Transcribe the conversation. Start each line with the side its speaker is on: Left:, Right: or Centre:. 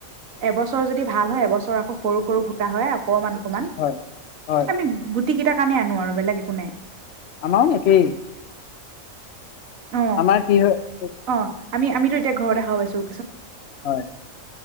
Right: এবছৰ যদি ভাল হয় এবছৰ সৰু সৰু এ হয় আ অকমান অকমান
Left: হয় হয়
Right: আমি গুটি কেইটা সেইকাৰণে আনো আৰু বেলেগ একো নাই
Left: আমাৰো একেই
Right: অ
Left: আমাৰ কি হয়?
Right: অ আমি আমিতো, এতিয়া ঘৰতে খাব পাইছোঁ।
Left: হয়,